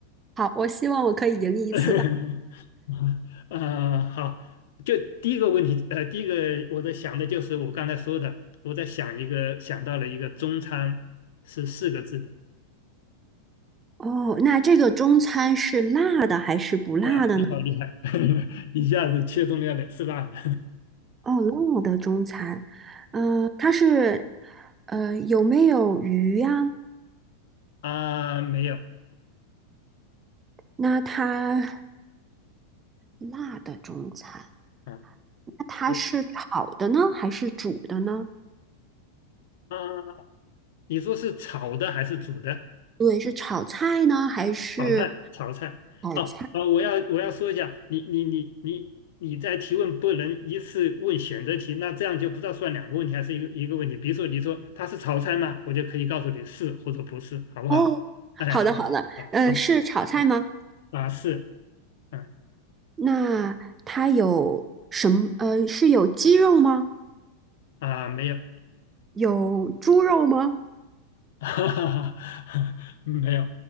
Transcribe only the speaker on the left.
<laughs> 啊，好，就第一个问题，呃，第一个我在想的就是我刚才说的，我在想一个，想到了一个中餐是四个字的，
哇，你好厉害，<laughs> 一下子切中了两次辣的，
<laughs> 啊，没有，
啊，
是
啊，你说是炒的还是煮的？
炒菜，炒菜。
哦哦，我要我要说一下，你你你你你在提问不能一次问选择题，那这样就不知道算两个问题还是一个一个问题。比如说你说它是炒菜吗？我就可以告诉你是或者不是，好不好？
哎，
啊，
行
啊，是，嗯
啊，没有，
<laughs> 哈哈哈，没有。